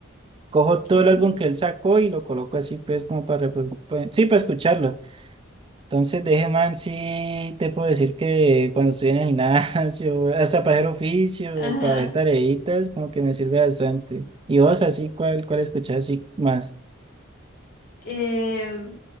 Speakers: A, on the right; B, on the left.
A: cojo
B: ¿Qué?
A: todo el álbum que él sacó y lo coloco así, pues, como para, reprodu- pa- sí, para escucharlo. Entonces, de ese man, sí te puedo decir que cuando estoy en el gimnasio, <laughs> hasta para hacer oficio
B: Ajá.
A: o para hacer tareitas, como que me sirve bastante. ¿Y vos, así, cuál, cuál escuchás así más?
B: Eh,